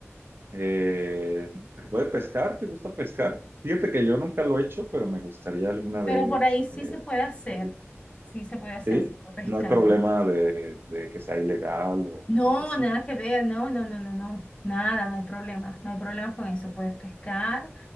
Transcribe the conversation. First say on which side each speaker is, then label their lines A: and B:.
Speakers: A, on the right (about 50°); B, on the left (about 25°).
A: Eh, ¿te puede pescar? ¿Te gusta pescar? Fíjate que yo nunca lo he hecho, pero me gustaría alguna
B: Pero
A: vez
B: por ahí sí
A: eh,
B: se puede hacer,
A: hacerlo.
B: sí se puede hacer,
A: ¿Sí?
B: se puede pescar.
A: No hay problema de, de que sea ilegal o
B: No,
A: algo así.
B: nada que ver, no, no, no, no, no, nada, no hay problema, no hay problemas con eso, puedes pescar.